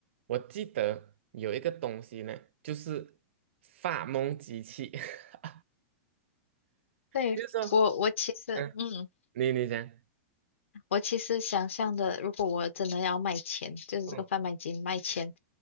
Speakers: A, on the right; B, on the left.
A: 我记得有一个东西呢，就是发梦机器，<laughs>
B: 对，
A: 就是说，
B: 我我其实，
A: 嗯，
B: 嗯，
A: 你你讲。
B: 我其实想象的，如果我真的要卖钱，就是这个贩卖机卖钱，
A: 嗯，